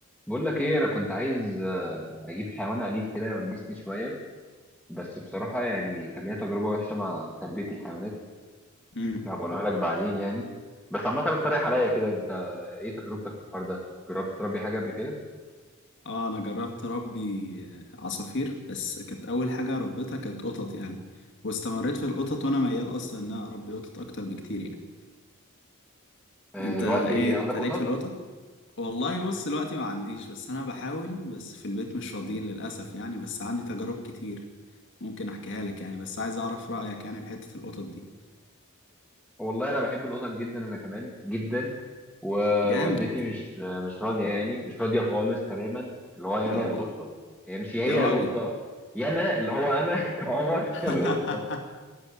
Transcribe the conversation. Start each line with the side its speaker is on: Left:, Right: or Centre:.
Centre: بقول لك ايه انا كنت عايز آه، اجيب حيوان اليف كده يونسني شويه بس بصراحه يعني كان ليا تجربه وحشه مع تربيه الحيوانات
Left: مم.
Centre: هبقولها لك بعدين يعني بس عامه اقترح عليا كده انت ايه تجربتك في الحوار ده جربت تربي حاجه قبل كده
Left: اه انا جربت اربي عصافير بس كانت اول حاجه ربيتها كانت قطط يعني واستمريت في القطط وانا ميال اصلا ان انا اربي قطط اكتر بكتير يعني
Centre: آه،
Left: انت
Centre: دلوقتي
Left: ايه
Centre: عندك
Left: انت
Centre: قطط
Left: ليك في القطط والله بص دلوقتي ما عنديش بس انا بحاول بس في البيت مش راضيين للاسف يعني بس عندي تجارب كتير ممكن احكيها لك يعني بس عايز اعرف رايك يعني في حته القطط دي
Centre: والله انا بحب القطط جدا انا كمان جدا ووالدتي
Left: جامد
Centre: مش آه، مش راضيه يعني مش راضيه خالص تماما اللي هو انا
Left: يا الله
Centre: القطه هي مش هي
Left: يا راجل
Centre: القطه يا انا اللي هو انا <laughs> كعمر
Left: <laughs>
Centre: القطه